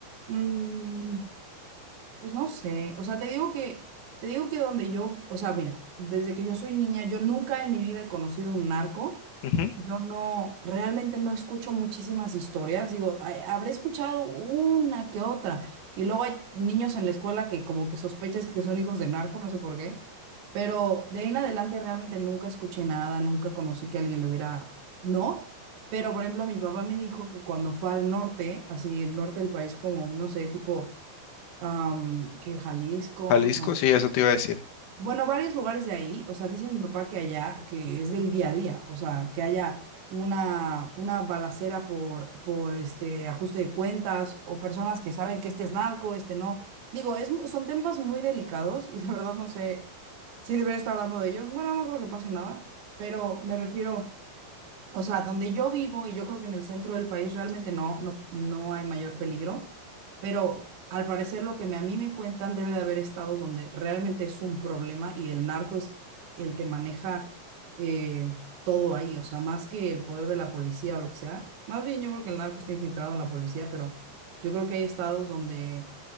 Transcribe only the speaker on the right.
Mm, Pues no sé, o sea, te digo que, te digo que donde yo, o sea, mira, desde que yo soy niña, yo nunca en mi vida he conocido un narco.
Yo no, realmente no escucho muchísimas historias. Digo, "Ay, habré escuchado una que otra. Y luego hay niños en la escuela que como que sospechas que son hijos de narco, no sé por qué. Pero de ahí en adelante realmente nunca escuché nada, nunca conocí que alguien lo hubiera, ¿no? Pero, por ejemplo, mi papá me dijo que cuando fue al norte, así el norte del país, como, no sé, tipo am, que Jalisco,
no.
Bueno, varios lugares de ahí, o sea, dice mi papá que allá, que es del día a día, o sea, que haya una, una balacera por, por este ajuste de cuentas o personas que saben que este es narco, este no. Digo, es, mu- son temas muy delicados y la verdad no sé si debería estar hablando de ellos. Bueno, no creo que pase nada, pero me refiero o sea, donde yo vivo, y yo creo que en el centro del país realmente no, no, no hay mayor peligro, pero al parecer lo que me- a mí me cuentan debe de haber estados donde realmente es un problema y el narco es el que maneja eh, todo ahí, o sea, más que el poder de la policía o lo que sea. Más bien yo creo que el narco está infiltrado en la policía, pero yo creo que hay estados donde,